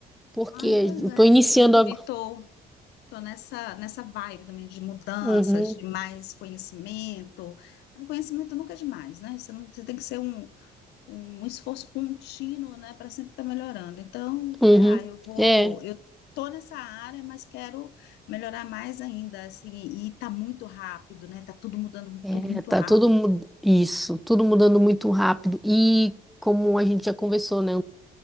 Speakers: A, in the centre; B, on the left.
A: porque
B: ai, pois
A: eu
B: é,
A: tô iniciando
B: eu também
A: agora.
B: tô, tô nessa, nessa vibe também de mudança,
A: Uhum,
B: de mais conhecimento. O conhecimento nunca é demais, né? Você não, você tem que ser um, um esforço contínuo, né, para sempre estar melhorando. Então, eu
A: uhum.
B: falei, ah, eu vou,
A: É,
B: eu tô nessa área, mas quero melhorar mais ainda, assim, e tá muito rápido, né? Tá tudo mudando,
A: é,
B: tudo muito
A: tá
B: rápido.
A: tudo mu- isso, tudo mudando muito rápido e como a gente já conversou, né?